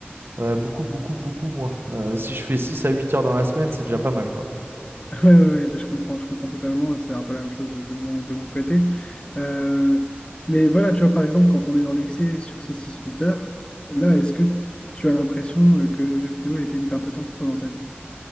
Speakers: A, on the right; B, on the left.
A: euh, beaucoup, beaucoup, beaucoup moins. Euh, si je fais 6 à 8 heures dans la semaine, c'est déjà pas mal, quoi.
B: Ouais, ouais, ouais, mais je comprends, je comprends totalement. C'est un peu la même chose de mon, de mon côté. Euh, mais voilà, tu vois, par exemple, quand on est dans l'excès sur ces six huit heures, là, est-ce que tu as l'impression euh, que le jeu vidéo a été une perte de temps pour toi dans ta vie?